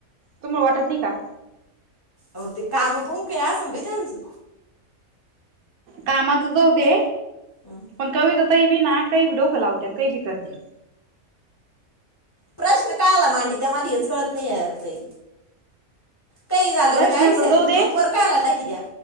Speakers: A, on the right; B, on the left.
A: तुम वाटत नाही का?
B: अ ते काम पोंक असं भा त्यांचं,
A: कामाच जाऊ दे,
B: हम,
A: पण कविता ताई बी नाही, काही बी डोकं लावते, काही बी करते,
B: प्रश्न काय आला मांडी त्या, मला हेच कळत नाही आहे ताई, काही झालं
A: प्रश्नाच
B: ग त्या, आयसीआरपी
A: जाऊ दे
B: ग्रुप वर कायला टाकत्या,